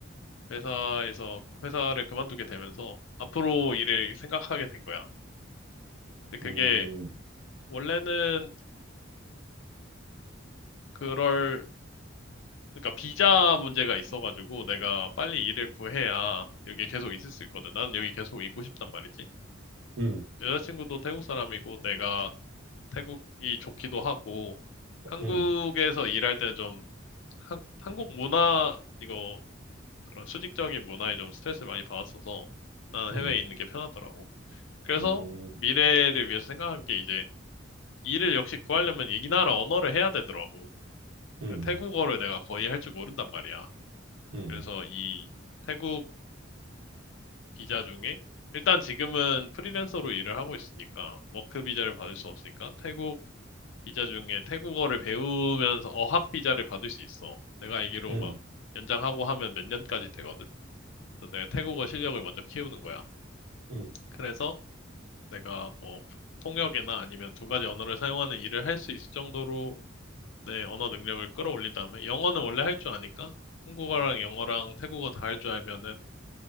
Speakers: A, on the left; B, on the right.
A: 회사에서 회사를 그만두게 되면서 앞으로 일을 생각하게 된 거야. 근데 그게
B: 음. 음.
A: 원래는 그럴 그러니까 비자 문제가 있어가지고 내가 빨리 일을 구해야 여기 계속 있을 수 있거든. 나는 여기 계속 있고 싶단 말이지.
B: 음.
A: 여자친구도 태국 사람이고 내가 태국이 좋기도 하고 한국에서
B: 음.
A: 일할 때는 좀 한, 한국 문화 이거 그런 수직적인 문화에 좀 스트레스를 많이 받았어서 나는
B: 음.
A: 해외에 있는
B: 음.
A: 게 편하더라고. 그래서
B: 음.
A: 미래를 위해서 생각한 게 이제 일을 역시 구하려면 이 나라 언어를 해야 되더라고.
B: 음.
A: 근데 태국어를 내가 거의 할 줄 모른단 말이야.
B: 음. 음.
A: 그래서 이 태국 비자 중에 일단 지금은 프리랜서로 일을 하고 있으니까 워크 비자를 받을 수 없으니까 태국 비자 중에 태국어를 배우면서 어학 비자를 받을 수 있어. 내가 알기로
B: 음.
A: 막 연장하고 하면 몇 년까지 되거든. 그래서 내가 태국어 실력을 먼저 키우는 거야.
B: 음.
A: 그래서 내가 뭐 통역이나 아니면 두 가지 언어를 사용하는 일을 할 수 있을 정도로 내 언어 능력을 끌어올린 다음에 영어는 원래 할 줄 아니까 한국어랑 영어랑 태국어 다 할 줄 알면은